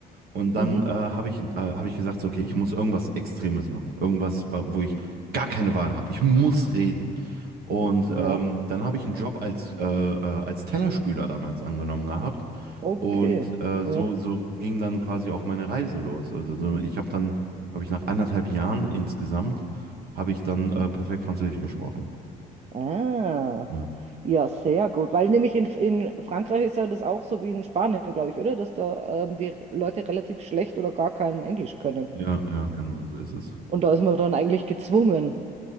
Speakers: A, on the right (about 65°); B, on the right (about 40°).
A: Und dann
B: mhm.
A: äh, habe ich, äh, hab ich gesagt, so, okay, ich muss irgendwas Extremes machen. Irgendwas, wa- wo ich gar keine Wahl habe. Ich muss reden. Und
B: Ja,
A: ähm, dann habe ich einen Job als, äh, äh, als Tellerspüler damals angenommen gehabt.
B: okay.
A: Und äh,
B: Ja.
A: so, so ging dann quasi auch meine Reise los. Also so, ich habe dann, glaube ich, nach anderthalb Jahren insgesamt, habe ich dann äh, perfekt Französisch gesprochen.
B: Ah,
A: Ja,
B: ja, sehr gut. Weil nämlich in, in Frankreich ist ja das auch so wie in Spanien, glaube ich, oder? Dass da ähm, die Leute relativ schlecht oder gar kein Englisch können.
A: ja, ja, genau, so ist es.
B: Und da ist man dann eigentlich gezwungen,